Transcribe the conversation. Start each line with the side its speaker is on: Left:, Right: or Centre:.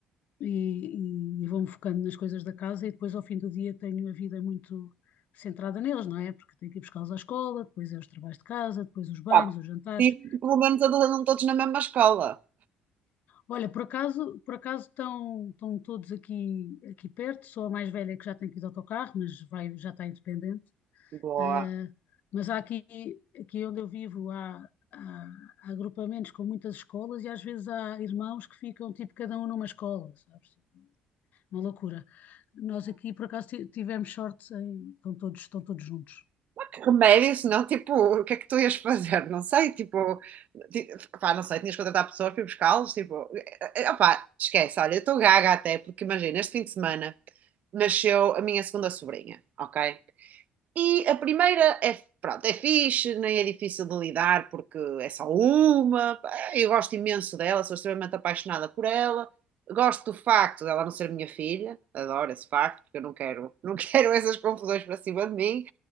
Left: e, e, vou-me focando nas coisas da casa e depois ao fim do dia tenho a vida muito centrada neles, não é? Porque tenho que ir buscá-los à escola, depois é os trabalhos de casa, depois os banhos,
Right: pá,
Left: os jantares.
Right: preciso pelo menos eles andam todos na mesma escola.
Left: Olha, por acaso, por acaso estão, estão todos aqui, aqui perto, sou a mais velha que já tem que ir de autocarro, mas vai, já está independente.
Right: Boa.
Left: Eh, mas há aqui, aqui onde eu vivo há, há- há agrupamentos com muitas escolas e às vezes há irmãos que ficam tipo cada um numa escola, sabes? Uma loucura. Nós aqui por acaso ti- tivemos sorte em, estão todos, estão todos juntos.
Right: que remédio, senão, tipo, o que é que tu ias fazer? Não sei, tipo, ti- pá, não sei, tinhas que contratar pessoas para ir buscá-los, tipo, eh, eh, opá, esquece, olha, eu estou gaga até, porque imagina, este fim de semana nasceu a minha segunda sobrinha, ok? E a primeira é, pronto, é fixe, nem é difícil de lidar porque é só uma. Eu gosto imenso dela, sou extremamente apaixonada por ela. Gosto do facto dela não ser minha filha, adoro esse facto, porque eu não quero, não <laughs> quero essas confusões para cima de mim.